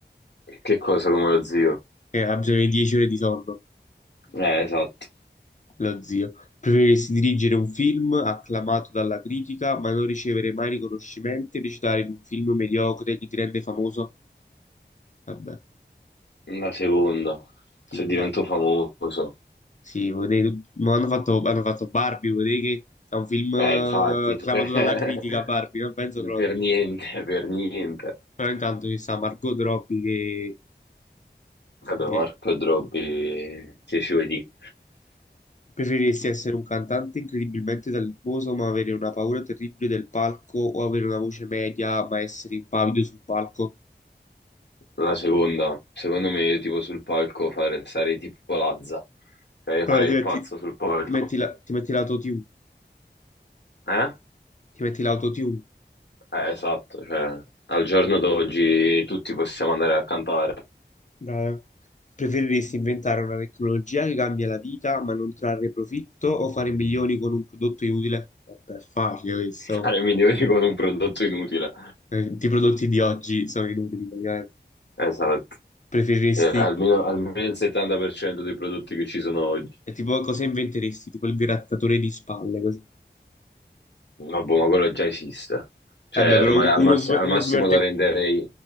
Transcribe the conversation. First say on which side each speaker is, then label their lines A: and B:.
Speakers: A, on the left; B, on the left.
A: Che cosa come lo zio?
B: che ha bisogno di 10 ore di sonno,
A: Eh, esatto.
B: lo zio. Preferiresti dirigere un film acclamato dalla critica, ma non ricevere mai riconoscimenti e recitare in un film mediocre che ti rende famoso? Vabbè,
A: La seconda,
B: sì,
A: se
B: infatti.
A: divento famoso.
B: Sì, vuol dire tut- ma hanno fatto, hanno fatto Barbie, vuol dire che è un film eh,
A: Eh, infatti,
B: acclamato
A: <laughs> per
B: dalla critica, Barbie, non penso proprio.
A: niente, per niente.
B: Però intanto ci sta Margot Robbie che,
A: Vabbè, Marco
B: che
A: e Drobby, che ci vuoi dire?
B: preferiresti essere un cantante incredibilmente talentuoso ma avere una paura terribile del palco o avere una voce media ma essere impavido sul palco.
A: La seconda, secondo me io tipo sul palco fare, sarei tipo Lazza, cioè io
B: Allora,
A: farei il pazzo
B: ti metti,
A: sul palco.
B: ti metti la, ti metti l'autotune,
A: Eh?
B: ti metti l'autotune
A: Eh, esatto, cioè al giorno d'oggi tutti possiamo andare a cantare,
B: Beh, Preferiresti inventare una tecnologia che cambia la vita ma non trarre profitto o fare milioni con un prodotto inutile? Vabbè, è facile questo.
A: fare milioni con un prodotto inutile.
B: Eh, I prodotti di oggi sono inutili praticamente.
A: Esatto.
B: Preferiresti,
A: Eh, almeno, almeno il 70% dei prodotti che ci sono oggi.
B: è tipo cosa inventeresti? Tipo il grattatore di spalle così.
A: Ma boh, ma quello già esiste. Cioè,
B: Vabbè, però
A: ma
B: u-
A: al,
B: uno
A: massi-
B: super,
A: al
B: uno
A: massimo
B: super tec-
A: lo renderei,